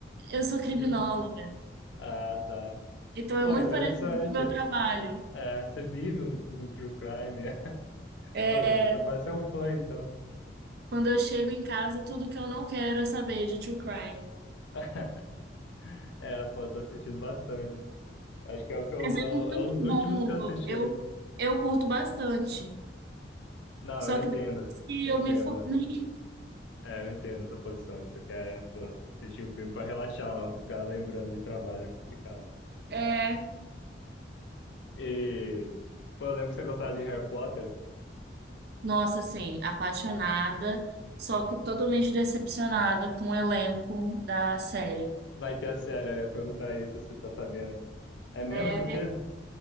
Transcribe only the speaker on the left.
<laughs> Ah, tá.
Pô,
interessante.
É, você vive um, um True Crime. <laughs>
Pô, eu sou quase seu fã, então.
<laughs> É, pô, eu tô assistindo bastante. Acho que é o que eu,
é, o-
é os últimos
que eu assisti.
Não,
eu entendo.
Eu
entendo.
É, eu entendo essa posição. Você quer, pô, assistir o filme pra relaxar, não ficar lembrando de trabalho é complicado.
E, pô, eu lembro que você gostava de Harry Potter.
Vai ter a série, eu ia perguntar isso se você tá sabendo. É mesmo?
Por que